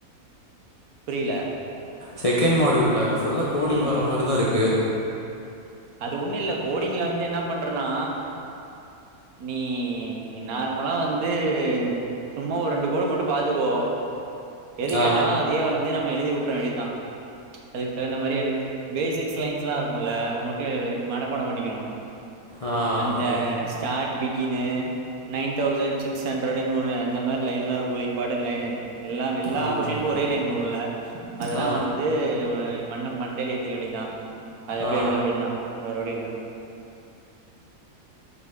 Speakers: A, on the right; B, on the left.
A: புரியல
B: செகண்ட் மாடியூல்ல ஃபுல்லாக கோடிங்
A: ம்
B: வர மாரி தா இருக்கு
A: அது ஒண்ணு இல்ல கோடிங்ல வந்து என்ன பண்றனா நீ நார்மலா வந்து சும்மா ஒரு ரெண்டு கோடு மட்டு பாத்துக்கோ எது
B: ஆ,
A: கேட்டாலு அதையே வந்து நம்ம எழுதி வுட்டுற வேண்டியதுதா அதுக்கு தகுந்த மாரி எ பேசிக்ஸ் லைன்ஸ் எல்லா இருக்கும்ல்ல அதது மட்டு க்கு மனப்பாட பண்ணிக்கணு
B: ஆ
A: அந்த
B: ஓகே.
A: ஸ்டார்ட் ப இனு நைன் தௌசண்ட் சிக்ஸ் ஹண்ட்ரட ஒ அந்த மாரி லைன் எலாம் இருக்குல்ல இம்பார்ட்டன்ட் லைனு எல்லாம் எல்லா
B: ஆமாமா.
A: கொஷினுக்கு ஒரே லைன் வருல அதெல்லா
B: ஆ,
A: வந்து மண்ணம் மண்டையல ஏத்துக்க வேண்டியதா அது அப்டியே
B: ஆ.
A: எழுத வேண்டியதுதா வேற வழி இல்ல